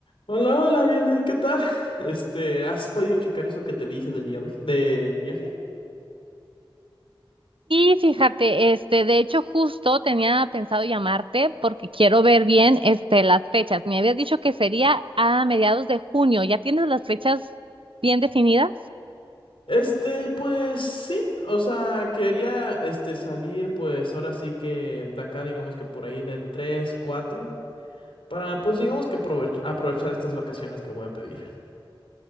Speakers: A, on the left; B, on the right.
A: Hola, hola, Vianey, ¿qué tal? <laughs> Este, ¿has podido checar eso que te dije del viaje? ¿Del viaje?
B: Y fíjate, este, de hecho, justo tenía pensado llamarte porque quiero ver bien, este, las fechas. Me habías dicho que sería a mediados de junio. ¿Ya tienes las fechas bien definidas?
A: Este, pues sí, o sea, quería este salir pues ahora sí que de acá, digamos que por ahí del 3 4 para pues digamos que provech- aprovechar estas vacaciones que voy a pedir.